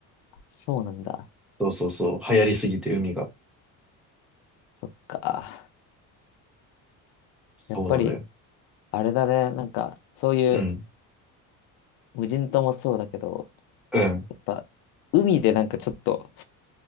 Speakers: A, on the left (about 75°); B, in the centre.
A: そうなんだ。
B: そうそうそう、流行りすぎて海が。
A: そっか。
B: そうなのよ。
A: やっぱり、あれだね、なんか、そういう
B: うん。
A: 無人島もそうだけど、
B: うん。
A: やっぱ、海でなんかちょっと、